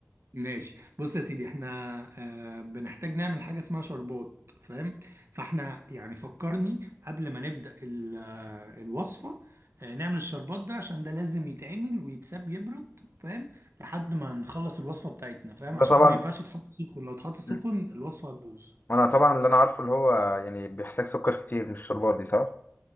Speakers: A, on the right; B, on the left.
A: ماشي بص يا سيدي احنا آه بنحتاج نعمل حاجة اسمها شربات فاهم فاحنا يعني فكرني قبل ما نبدأ ال- آه، الوصفة آه نعمل الشربات ده عشان ده لازم يتعمل ويتساب يبرد فاهم لحد ما نخلص الوصفة بتاعتنا فاهم
B: ده
A: عشان
B: طبعا
A: ما ينفعش يتحط سخن لو اتحط سخن
B: مم.
A: الوصفة هتبوظ
B: انا طبعا اللي انا عارفه اللي هو يعني بيحتاج سكر كتير مش الشربات دي صح